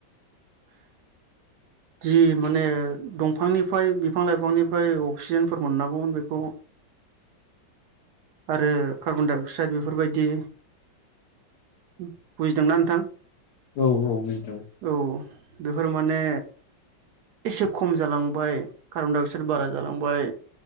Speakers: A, on the right; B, on the left.
A: जि माने दंफांनिफ्राय बिफां लाइफांनिफ्राय अक्सिजेनफोर मोननांगौमोन बेखौ आरो कार्बनडाइ अक्साइद बेफोरबायदि बुजिदोंना नोंथां?
B: औ औ बुजिदों।
A: औ बेफोर माने एसे खम जालांबाय कार्बनडाय अक्साइड बारा जालांबाय